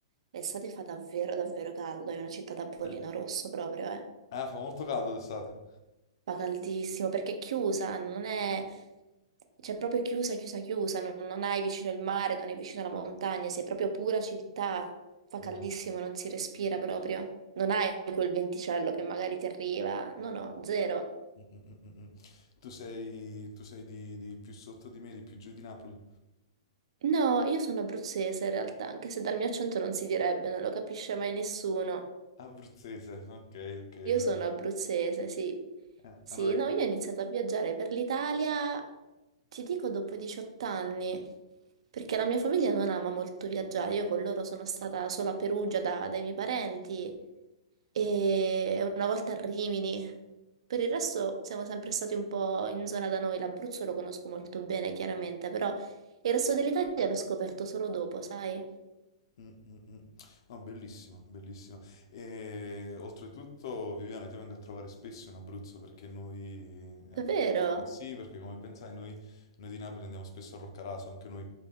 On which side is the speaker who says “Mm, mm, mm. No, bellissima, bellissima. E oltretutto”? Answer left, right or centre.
Left